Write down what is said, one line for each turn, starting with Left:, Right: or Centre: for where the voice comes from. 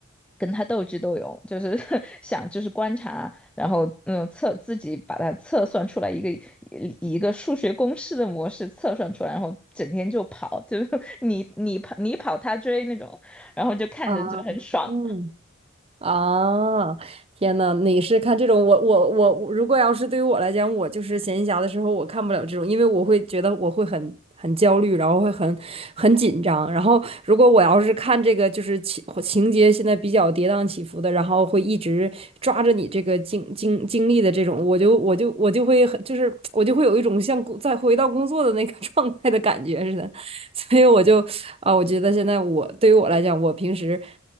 Centre: 跟他斗智斗勇，就是 <laughs> 想就是观察，然后嗯测自己把它测算出来一个以一个数学公式的模式测算出来，然后整天就跑，就是 <laughs> 你你跑你跑他追那种，然后就看着就很爽，
Right: 啊，嗯。啊，天呐，你是看这种？我我我，我如果要是对于我来讲，我就是闲暇的时候，我看不了这种，因为我会觉得我会很很焦虑，然后会很很紧张。然后如果我要是看这个，就是情情节现在比较跌宕起伏的，然后会一直抓着你这个经经经历的这种，我就我就我就会很就是我就会有一种像工再回到工作的那个 <laughs> 状态的感觉似的。<laughs> 所以我就啊，我觉得现在我对于我来讲，我平时